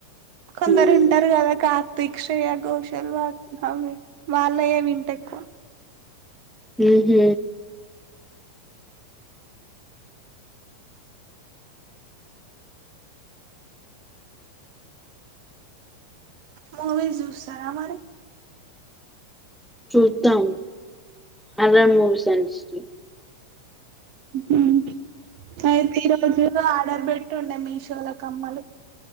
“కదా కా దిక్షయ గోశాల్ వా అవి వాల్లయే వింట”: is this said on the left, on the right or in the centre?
Right